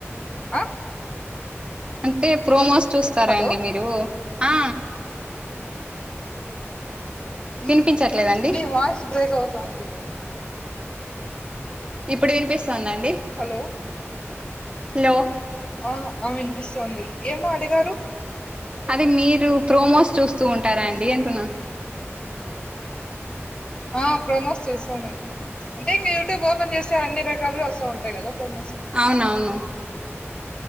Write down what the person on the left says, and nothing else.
అ
హలో
ఉ మీ వాయిస్ బ్రేక్ అవుతుంది
హలో
ఆ ఆ వినిపిస్తాంది ఏమో అడిగారు
ఆ ప్రమోస్ చూస్తా నేను అంటే ఇంకా యూట్యూబ్ ఓపెన్ చేస్తే అన్ని రకాలుగా వస్తు ఉంటాయిగా ప్రోమోసు